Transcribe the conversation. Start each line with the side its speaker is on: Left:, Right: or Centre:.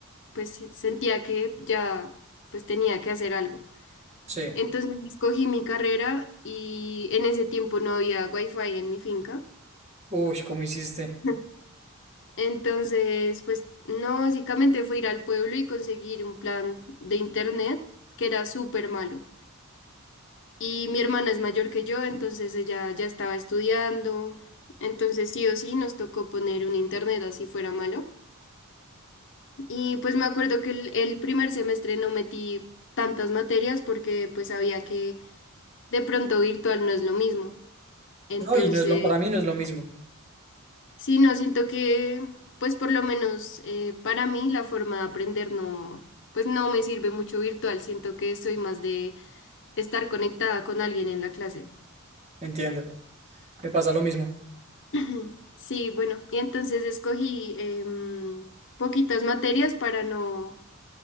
Left: pues sí, sentía que ya pues tenía que hacer algo.
Right: sí.
Left: Entonces escogí mi carrera y en ese tiempo no había wifi en mi finca.
Right: Uy, ¿cómo hiciste?
Left: <laughs> Entonces, pues no, básicamente fue ir al pueblo y conseguir un plan de internet que era súper malo. Y mi hermana es mayor que yo, entonces ella ya estaba estudiando. Entonces sí o sí nos tocó poner un internet así fuera malo. Y pues me acuerdo que el, el primer semestre no metí tantas materias porque pues sabía que de pronto virtual no es lo mismo. Entonces,
Right: No, y no es lo, para mí no es lo mismo,
Left: sí, no, siento que, pues por lo menos eh, para mí la forma de aprender no, pues no me sirve mucho virtual, siento que soy más de estar conectada con alguien en la clase.
Right: entiendo. Me pasa lo mismo.
Left: <clears throat> Sí, bueno, y entonces escogí em, poquitas materias para no,